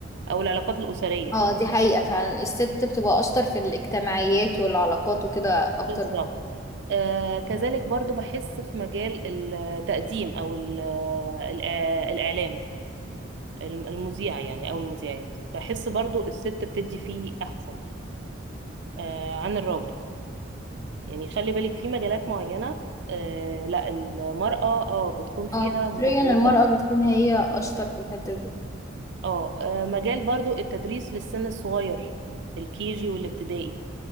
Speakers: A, on the right; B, on the left.
A: أو العلاقات الأسرية
B: اه دي حقيقة فعلا الست بتبقى اشطر في الاجتماعيات والعلاقات وكده اكتر
A: بالظبط آه، كذلك برضو بحس في مجال التقديم أو ال- آه، الإع- الإعلام الم- المذيع يعني أو المذيعات بحس برضو الست بتدي فيه أحسن آه، عن الراجل يعني خلي بالك في مجالات معينة آه لا المرأة اه بتكون فيها
B: اه فطريا
A: متفوقة
B: المرأة
A: عنه
B: بتكون هي اشطر في الحتة دي
A: اه آه، مجال برضو التدريس للسن الصغير الكيجي والابتدائي